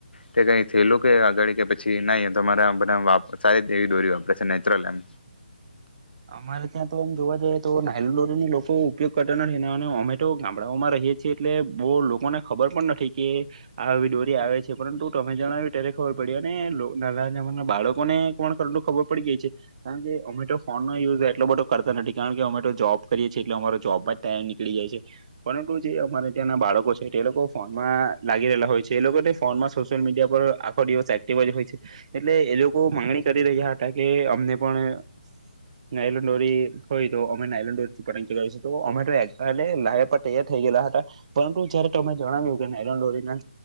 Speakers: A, on the left; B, on the right.
A: કઈ થયેલું કે આગળ કે પછી નહી તમારે બધા સારી એવી દોરી વાપડે છે નેચરલ એમ.
B: અમારે ત્યાં તો આમ જોવા જઈએ તો નાયલોન લોકો ઉપયોગ કરતા નથી અમેટો ગામડાઓમાં રહીએ છીએ એટલે બહુ લોકોને ખબર પણ નથી કે આવી ડોરી આવે છે પરંતુ તમે જણાવ્યું ત્યારે ખબર પડી અને <unintelligible> બાળકોને <inaudible> ખબર પડી ગઈ છે કારણ કે અમેટો ફોન યુઝ એટલો બધો કરતા નથી કારણ કે અમે તો જોબ કરીએ છીએ એટલે અમારો જોબમાં જ ટાઈમ નીકળી જાય છે પરંતુ જે અમારે ત્યાં બાળકો છે એ લોકો ફોનમાં લાગી રહેલા હોય છે એ લોકોને ફોનમાં સોશિયલ મીડિયા પર આખો દિવસ એક્ટિવ જ હોય છે એટલે એ લોકો માંગણી કરી રહ્યા હતા કે અમને પણ. નાયલોન્ ડોરી હોય તો અમે નાયલોડોરીથી પતંગ ચગાવીશું તો અમે તો <inaudible> લાવી આપવા તૈયાર થઈ ગયલા હતા પરંતુ જયારે તમે જણાવ્યું કે નાયલો ડોરીના